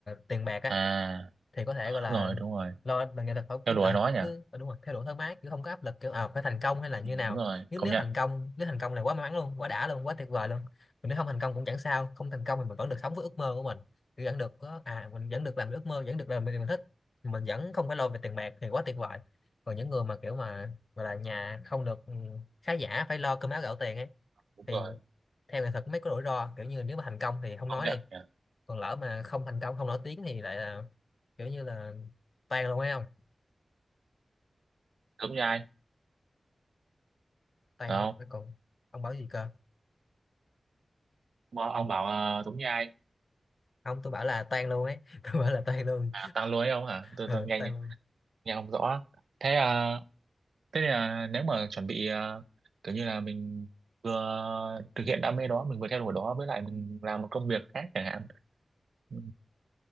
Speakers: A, on the left; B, on the right.
A: tiền bạc á
B: à
A: thì có thể
B: ừ,
A: gọi
B: đúng
A: là
B: rồi đúng rồi
A: lo mà nghệ thuật phải
B: theo
A: cứ
B: đuổi
A: ờ,
B: nó nhỉ
A: cứ ờ, đúng rồi theo đuổi thoải mái chứ không có áp lực kiểu à, phải thành công hay là như
B: ừ,
A: nào
B: đúng rồi
A: nếu
B: công
A: nếu
B: nhận
A: thành công nếu thành công là quá may mắn luôn quá đã luôn quá tuyệt vời luôn còn nếu không thành công cũng chẳng sao không thành công thì mình vẫn được sống với ước mơ của mình Kiểu vẫn được có à mình vẫn được làm ước mơ vẫn được làm điều mình thích mình vẫn không phải lo về tiền bạc thì quá tuyệt vời còn những người mà kiểu mà gọi là nhà không được ừ, khá giả phải lo cơm áo gạo tiền ấy
B: đúng
A: thì
B: rồi
A: theo nghệ thuật mới có rủi ro kiểu như nếu mà thành công thì không
B: công
A: nói
B: nhận
A: đi
B: nhỉ
A: còn lỡ mà không thành công không nổi tiếng thì lại là kiểu như là tan luôn ấy không
B: giống như ai
A: tan
B: phải
A: luôn
B: không
A: nó còn ông bảo gì cơ
B: ông ông bảo ờ, giống như ai
A: không tôi bảo là tan luôn ấy <laughs> tôi bảo là tan luôn
B: à, tăng lưới ông hả tôi
A: ờ,
B: tôi nghe
A: tan luôn
B: nghe không rõ thế ờ, Thế là nếu mà chuẩn bị ờ, kiểu như là mình vừa thực hiện đam mê đó, mình vừa theo đuổi đó với lại mình làm một công việc khác chẳng hạn. Ừ